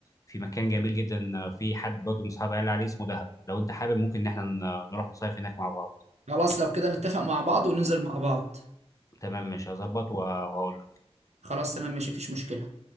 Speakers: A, on the left; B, on the right.
A: في مكان جميل جدا آه، في حد برضه من اصحابي قال لي عليه اسمه دهب لو انت حابب ممكن ان احنا ن- نروح نصيف هناك مع بعض
B: خلاص لو كده نتفق مع بعض وننزل مع بعض
A: تمام مش هظبط وهقول
B: خلاص تمام ماشي مفيش مشكله